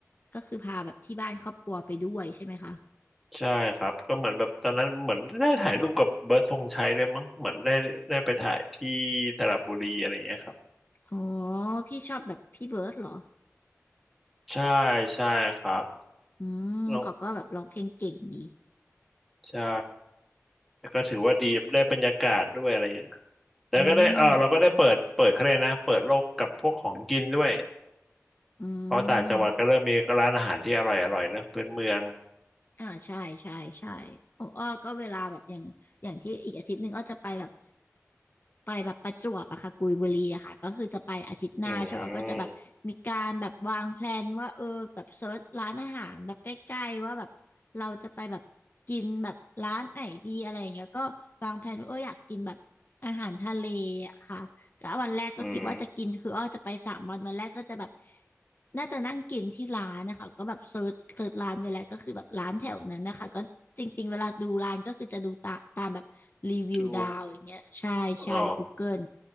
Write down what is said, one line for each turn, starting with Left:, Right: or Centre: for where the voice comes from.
Left: ก็คือพาแบบที่บ้านครอบครัวไปด้วยใช่ไหมคะ
Centre: ใช่ครับก็เหมือนแบบตอนนั้นเหมือนได้ถ่ายรูปกับเบิร์ดธงชัยด้วยมั้งเหมือนได้ได้ไปถ่ายที่สระบุรีอะไรอย่างเงี้ยครับ
Left: อ๋อพี่ชอบแบบพี่เบิร์ดเหรอ
Centre: ใช่ใช่ครับ
Left: อืมเขาก็แบบร้องเพลงเก่งดี
Centre: แล้วใช่แล้วก็ถือว่าดีได้บรรยากาศด้วยอะไรเงี้ยแล้วก็ได้เออเราก็ได้เปิดเปิดเขาเลยกนะเปิดโลกกับพวกของกินด้วย
Left: อืมอืม
Centre: เพราะต่างจังหวัดก็เริ่มมีร้านอาหารที่อร่อยอร่อยนะพื้นเมือง
Left: อ่าใช่ใช่ใช่ของอ้อก็เวลาแบบอย่างอย่างที่อีกอาทิตย์หนึ่งอ้อจะไปแบบ ไปแบบประจวบอะค่ะกุยบุรีอะค่ะก็คือจะไปอาทิตย์หน้าใช่ไหมก็จะแบบมีการแบบวางแพลนว่าเออแบบเซิร์ชร้านอาหารแบบใกล้ๆว่าแบบเราจะไปแบบกินแบบร้านไหนดีอะไรอย่างเงี้ยก็วางแพลนว่าเอออยากกินแบบอาหารทะเลอะค่ะ
Centre: อืม
Left: ก็วันแรกก็คิดว่าจะกินคืออ้อจะไปสามวันวันแรกก็จะแบบ
Centre: อืม
Left: น่าจะนั่งกินที่ร้านนะคะก็แบบเซิร์ชเซิร์ชร้านไว้แล้วก็คือแบบร้านแถวนั้นนะคะก็จริงๆเวลาดูร้านก็คือจะดูตาตามแบบรีวิวดาวอย่างเงี้ยใช่ใช่
Centre: ดูอ๋อ
Left: Google